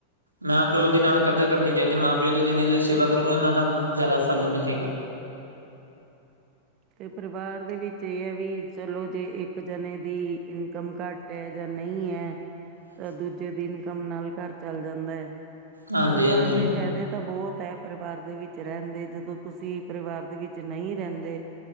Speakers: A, on the right; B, on the right.
A: ਮਾਂ-ਪਿਓ ਦੀ ਨਾਲ ਕਦਰ ਕਰਨੀ ਚਾਹੀਦੀ, ਮਾਂ-ਪਿਓ ਦੀ ਜਿੰਨੀ ਤੁਸੀਂ ਸੇਵਾ ਕਰੋਗੇ ਉਹਨਾ ਤੁਹਾਨੂੰ ਜ਼ਿਆਦਾ ਫਲ ਮਿਲੇਗਾ।
B: ਤੇ ਪਰਿਵਾਰ ਦੇ ਵਿੱਚ ਇਹ ਐ ਵੀ, ਚਲੋ ਜੇ ਇੱਕ ਜਣੇ ਦੀ ਇਨਕਮ ਘੱਟ ਤੇ ਜਾਂ ਨਈ ਐ
A: <inaudible>
B: ਤਾਂ ਦੂਜੇ ਦੀ ਇਨਕਮ ਨਾਲ ਘਰ ਚੱਲ ਜਾਂਦਾ
A: ਹਾਂਜੀ
B: ਪਰਿਵਾਰ
A: ਹਾਂਜੀ
B: ਦੇ ਫੇਦੇ ਤਾਂ ਬੋਤ ਐ। ਪਰਿਵਾਰ ਦੇ ਵਿੱਚ ਰੈਂਦੇ ਜਦੋਂ ਤੁਸੀਂ ਪਰਿਵਾਰ ਦੇ ਵਿੱਚ ਨਈ ਰੈਂਦੇ